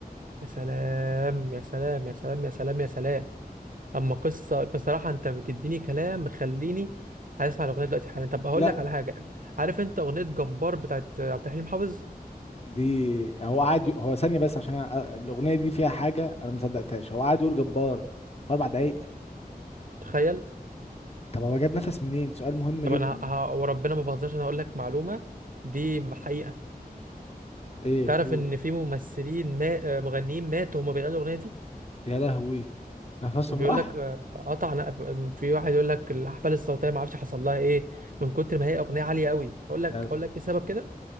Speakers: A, on the right (about 60°); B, on the left (about 40°).
A: يا سلام يا سلام يا سلام يا سلام يا سلام اما قصة بصراحة انت بتديني كلام مخليني عايز اسمع الاغنية دلوقتي حالا طب اقول
B: لا
A: لك على حاجة عارف انت اغنية جبار بتاعت عبد الحليم حافظ
B: دي هو قعد ي- هو ثانية بس عشان أ- الأغنية دي فيها حاجة أنا ما صدقتهاش هو قعد يقول جبار في أربع دقايق
A: تخيل
B: طب هو جاب نفس منين؟ سؤال مهم
A: طب
B: جدا
A: انا ه... ه- وربنا ما بهزرش انا هقول لك معلومه دي حقيقه
B: إيه؟
A: تعرف
B: قول
A: ان في ممثلين ما... آه، مغنيين ماتوا هما بيغنوا الاغنيه دي
B: يا لهوي نفسهم
A: بيقول
B: راح؟
A: لك آه، قطع نق- في واحد يقول لك الاحبال الصوتيه ما اعرفش حصل لها ايه من كتر ما هي اغنيه عاليه قوي اقول لك
B: يا ل-
A: اقول لك ايه سبب كده